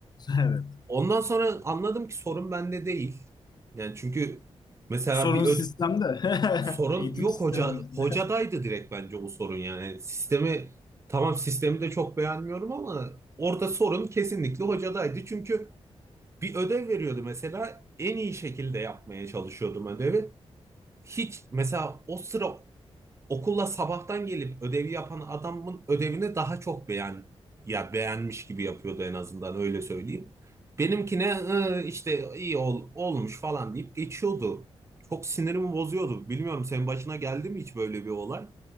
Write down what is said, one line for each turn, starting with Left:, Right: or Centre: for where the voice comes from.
Left: Evet.
Right: Ondan sonra anladım ki sorun bende değil. Yani çünkü mesela
Left: Sorun
Right: bir öd-
Left: sistemde.
Right: sorun
Left: <laughs> Eğitim
Right: yok
Left: sistemimizde.
Right: hoca hocadaydı direkt bence bu sorun yani. Sistemi tamam sistemi de çok beğenmiyorum ama orada sorun kesinlikle hocadaydı. Çünkü bir ödev veriyordu mesela en iyi şekilde yapmaya çalışıyordum ödevi. Hiç mesela o sıra Okulla sabahtan gelip ödevi yapan adamın ödevini daha çok beğen ya beğenmiş gibi yapıyordu en azından öyle söyleyeyim. Benimkine "Iı, işte iyi ol, olmuş falan deyip geçiyordu. Çok sinirimi bozuyordu. Bilmiyorum senin başına geldi mi hiç böyle bir olay?